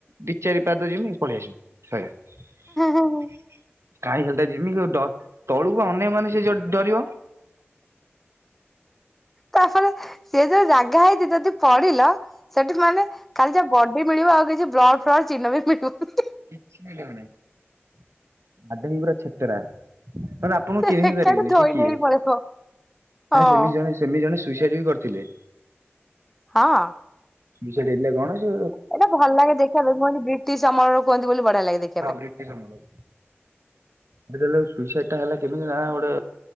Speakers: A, on the right (about 85°); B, in the centre.
A: ଦି ଚାରିପାଦ ଯିମି ପଳେଇଆସିମି। <unintelligible>
B: ହୁଁ
A: କାଇଁ ଖାଲଟା ଏମତି ଡ ତଳୁକୁ ଅନେଇ ମାନେ ସେ ଯୋ ଡରିବ।
B: ତାସଳେ ସେ ଯୋଉ ଜାଗା ହେଇଛି ଯଦି ପଡ଼ିଲ ସେଠି ମାନେ କାଲି ଯା ବଡି ମିଳିବ ଆଉ କିଛି ବ୍ଲଡ଼ ଫ୍ଲଡ଼ ଚିହ୍ନ ବି ମିଳୁନି।
A: କିଛି ମିଳିବନେଇଁ। ଆଡେନ ପୁରା ଛେତରା ମାନେ ଆପଣଙ୍କୁ
B: ସେ
A: ଚିହ୍ନି ବି
B: ଏକାଠି
A: ପାରିବେନି
B: ଧୋଇ
A: ସେ କିଏ?
B: ନେଇ ପଳେଇବ ହଁ
A: ନାଇଁ ସେମିତି ଜଣେ ସେମିତି ଜଣେ ସୁଇସାଇଟ ବି କରିଥିଲେ।
B: ହଁ।
A: ବିଛେଡି ହେଇଥିଲେ କଣ ଯୋଉ
B: ଏଇଟା ଭଲ ଲାଗେ ଦେଖିବା ପାଇଁ କୁହନ୍ତି ବ୍ରିଟିଶ୍ ସମୟରୁ କୁହନ୍ତି ବୋଲି ବଢ଼ିଆ ଲାଗେ ଦେଖିବା ପାଇଁ।
A: ହଁ ବ୍ରିଟିଶ୍ ସମୟର ଯେତେବେଳେ ସୁଇସାଇଟ ଟା ହେଲା କେମିତି ନା ଗୋଟେ